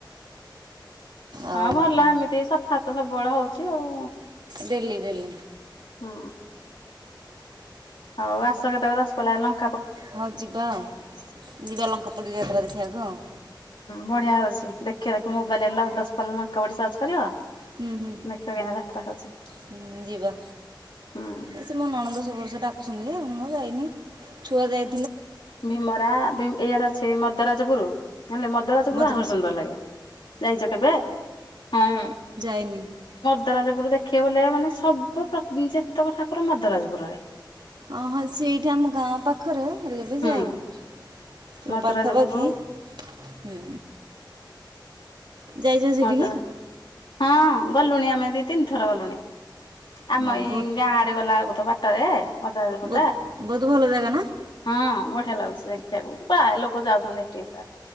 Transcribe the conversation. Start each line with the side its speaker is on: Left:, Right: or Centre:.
Right: ଆଉ
Left: ହଁ ଭଲ ଏମିତି ସଫା ତ ସବୁବେଳେ ହଉଚି ଆଉ।
Right: Daily daily.
Left: ହୁଁ। ହଉ ଆସ କେତୋଳେ ଦଶପଲ୍ଲା ହେଲା।
Right: ହଁ ଯିବା ଯିବା ଲଙ୍କା ପୋଡ଼ି ଯାତ୍ରା ଦେଖିବାକୁ ଆଉ।
Left: ବଢ଼ିଆ ହଉଚି ଦେଖେ ଦେଖି ମୋବାଇଲ୍ ହେଲା ଉ ଦଶପଲ୍ଲା ଲଙ୍କା ପୋଡ଼ି ସର୍ଚ୍ଚ କରିବ
Right: ହୁଁ ହୁଁ
Left: ଦେଖିବ କେନ୍ତି ଯାତ୍ରା। ହଉଛି
Right: ହୁଁ ଯିବା
Left: ହୁଁ
Right: ଏ ସେ ମୋ ନଣନ୍ଦ ସବୁ ବର୍ଷ ଡା ହନିଏ ମୁଁ ଯାଇନି ଛୁଆ ଯାଇ
Left: ଭୀମରା ବି ଏଇଆଡ଼େ ଅଛି ମଦରାଜପୁର। ନଲେ ମଦରାଜପୁର
Right: ମଦ୍ରାସ
Left: ଆହୁରି ସୁନ୍ଦର ଲାଗିବ। ଯାଇଚ କେବେ? ହଁ।
Right: ଏନି।
Left: ମଦରାଜପୁର ଦେଖିବାକୁ ଗଲେ ମାନେ ସବୁ ଯେତକ ଠାକୁର ମଦରାଜପୁରରେ।
Right: ଅ ହ ସେଇଠି ଆମ ଗାଁ ପାଖରେ ହେଲେ ବି ଯାଇନି।
Left: ହୁଁ।
Right: ପୁରା
Left: ମଦରାଜପୁର
Right: ପାଖାପାଖି ହୁଁ। ଯାଇଚ ସେଇଠିକି?
Left: ମଦରା ହଁ ଗଲୁଣି ଆମେ ଦି ତିନିଥର ଗଲୁଣି ଆମ
Right: ହଁ
Left: ଏଇ
Right: ବହୁତ
Left: ଗାଁ ଆଡ଼େ ଗଲା ଅଳୁକୁ ତ ବା ଟରେ ମଦରାଜପୁରଟା
Right: ବହୁତ ବହୁତ ଭଲ ଜାଗା ନା
Left: ହଁ ମଡ଼େ ହିଆ ଲାଗୁଚି ଦେଖିଆକୁ ବାଏ ଲୋକ ଯାଉଚନ୍ତି ହେଠି ପୁରା।